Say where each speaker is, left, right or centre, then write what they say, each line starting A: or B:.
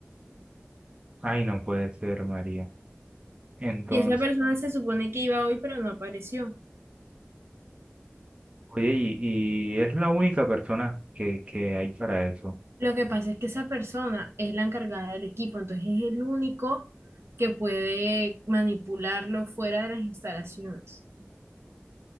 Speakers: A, on the right; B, on the right.
A: Ay, no puede ser, María. Entonces...
B: Y esa persona se supone que iba hoy, pero no apareció.
A: Oye, y, y es la única persona que, que hay para eso.
B: Lo que pasa es que esa persona es la encargada del equipo, entonces es el único que puede manipularlo fuera de las instalaciones.